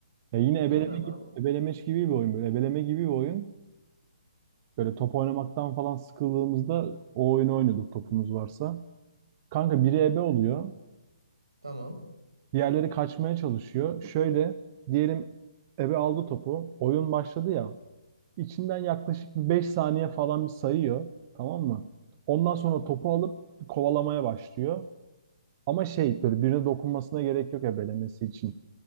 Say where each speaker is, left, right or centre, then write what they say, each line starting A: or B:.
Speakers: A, on the right; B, on the right.
A: Ya yine ebeleme
B: O ne lan?
A: gibi, ebelemeç gibi bir oyun böyle. Ebeleme gibi bir oyun. Böyle top oynamaktan falan sıkıldığımızda o oyunu oynuyorduk topumuz varsa. Kanka biri ebe oluyor.
B: Tamam.
A: Diğerleri kaçmaya çalışıyor. Şöyle diyelim ebe aldı topu. Oyun başladı ya. İçinden yaklaşık bir 5 saniye falan bir sayıyor. Tamam mı? Ondan sonra topu alıp kovalamaya başlıyor. Ama şey böyle birine dokunmasına gerek yok ebelemesi için.